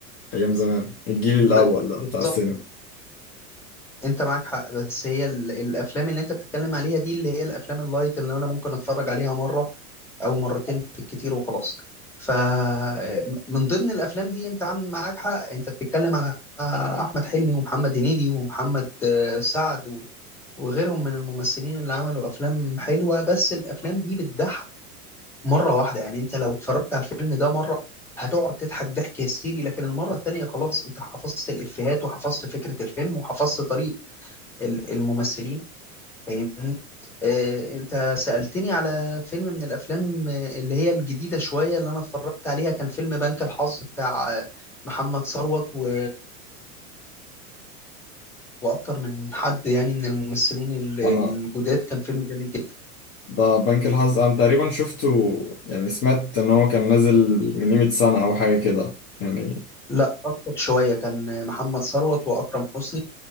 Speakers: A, on the left (about 35°); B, in the centre.
A: ايام زمان الجيل
B: ب-
A: الاول
B: ب-
A: ده
B: بالظبط
A: بتاع السينما
B: انت معاك حق بس هي ال- الافلام اللي انت بتتكلم عليها دي اللي هي الافلام اللايت اللي انا ممكن اتفرج عليها مره او مرتين بالكتير وخلاص فمن ضمن الافلام دي انت عن معاك حق انت بتتكلم على احمد حلمي ومحمد هنيدي ومحمد آه، سعد وغيرهم من الممثلين اللي عملوا افلام حلوه بس الافلام دي بتضحك مره واحده يعني انت لو اتفرجت على الفيلم ده مره هتقعد تضحك ضحك هستيري لكن المره التانيه خلاص انت حفظت الافيهات وحفظت فكره الفيلم وحفظت طريقه ال- الممثلين فاهمني آه، انت سألتني على فيلم من الافلام آه، اللي هي الجديده شويه اللي انا اتفرجت عليها كان فيلم بنك الحظ بتاع آه، محمد ثروت و... واكتر من حد يعني من الممثلين ال- الجداد
A: انا
B: كان فيلم جميل جدا
A: ده بنك الحظ انا تقريبا شفته يعني سمعت ان هو كان نازل من قيمة سنة او حاجة كده يعني
B: لا اكتر شويه كان محمد ثروت واكرم حسني